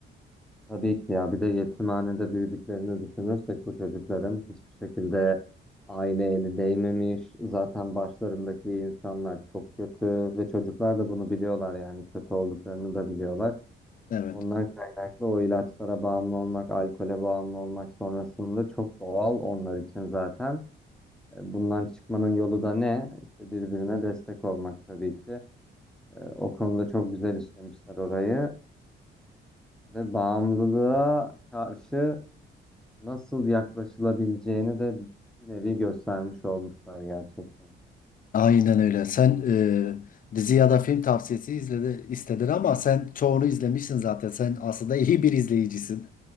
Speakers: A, in the centre; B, on the left.
A: Tabii ki ya. Bir de yetimhanede büyüdüklerini düşünürsek bu çocukların hiçbir şekilde aile eli değmemiş. Zaten başlarındaki insanlar çok kötü ve çocuklar da bunu biliyorlar yani kötü olduklarını da biliyorlar.
B: Evet.
A: Ondan kaynaklı o ilaçlara bağımlı olmak, alkole bağımlı olmak sonrasında çok doğal onlar için zaten. E, Bundan çıkmanın yolu da ne? İşte birbirine destek olmak tabii ki. E, O konuda çok güzel işlemişler orayı ve bağımlılığa karşı nasıl yaklaşılabileceğini de bir nevi göstermiş olmuşlar gerçekten.
B: Aynen öyle. Sen e, dizi ya da film tavsiyesi izledi, istedin ama sen çoğunu izlemişsin zaten. Sen aslında iyi bir izleyicisin.